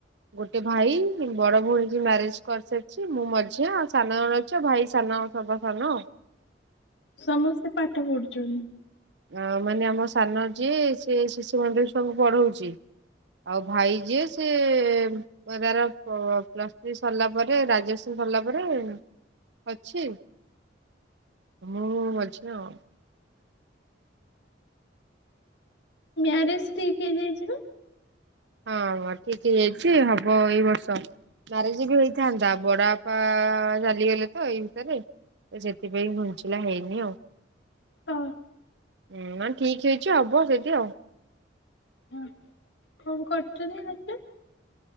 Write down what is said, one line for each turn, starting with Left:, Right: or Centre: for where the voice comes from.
Right: ଗୋଟେ ଭାଇ ବଡ ଭଉଣୀ ଯିଏ ମ୍ୟାରେଜ କରିସାରିଛି ମୁଁ ମଝିଆ ଆଉ ସାନ ଜଣେ ଅଛି ଆଉ ଭାଇ ସା ତମେ ସବା ସାନ।
Left: ସମସ୍ତେ ପାଠ ପଢୁଚନ୍ତି।
Right: ଅ ମାନେ ଆମ ସାନ ଯିଏ ସିଏ ଶିଶୁ ମନ୍ଦିର ଛୁଆଙ୍କୁ ପଢଉଛି। ଆଉ ଭାଇ ଯିଏ ସିଏ ତାର ପ୍ଲ ପ୍ଲସ ଥ୍ରୀ ସରିଲା ପରେ ଗ୍ରାଜୁଏସନ। ସରିଲା ପରେ ଅଛି। ମୁଁ ମଝିଆ ଆଉ।
Left: ମାରେଜ ଠିକ ହେଇଯାଇଛି ପା।
Right: ହଁ ହଁ ଠିକ ହେଇ ଯାଇଛି ହବ ଏଇ ବର୍ଷ। ମ୍ୟାରେଜ ବି ହେଇଥାନ୍ତା ବଡ ବାପା ଚାଲିଗଲେ ତ ଏଇ ଭିତରେ। ତ ସେଥିପାଇଁ ଘୁଞ୍ଚିଲା ହେଇନି ଆଉ।
Left: ଅ।
Right: ହୁଁ ନହେଲେ ଠିକ୍ ହେଇଚି ହବ ସେଇଠି ଆଉ।
Left: ହୁଁ କଣ କରୁଛନ୍ତି ଏବେ?